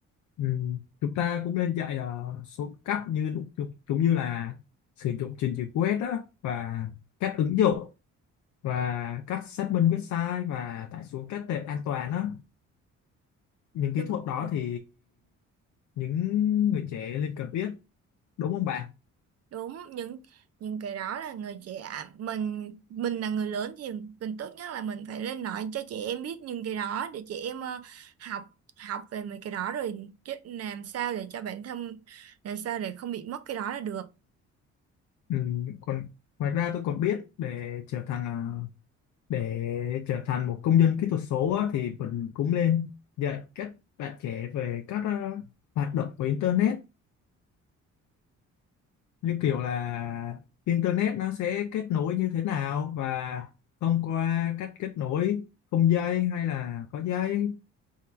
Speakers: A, on the left; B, on the right.
A: Ừ, chúng ta cũng nên dạy ờ, số cách như lúc- giống giống như là sử dụng trình duyệt web đó và cách ứng dụng và cách xác minh website và tải xuống các tệp an toàn đó những
B: đúng
A: kỹ thuật đó
B: rồi.
A: thì những người trẻ nên cần biết đúng không bạn
B: đúng những những cái đó là người trẻ mình mình là người lớn thì mình tốt nhất là mình phải lên nói cho trẻ em biết những cái đó để trẻ em ờ, học học về mấy cái đó rồi chứ làm sao để cho bản thân làm sao để không bị mất cái đó là được
A: ừ, còn ngoài ra tôi còn biết để trở thành à, để trở thành một công dân kỹ thuật số á, thì mình cũng nên dạy các bạn trẻ về các à, hoạt động của internet như kiểu là internet nó sẽ kết nối như thế nào và thông qua cách kết nối không dây hay là có dây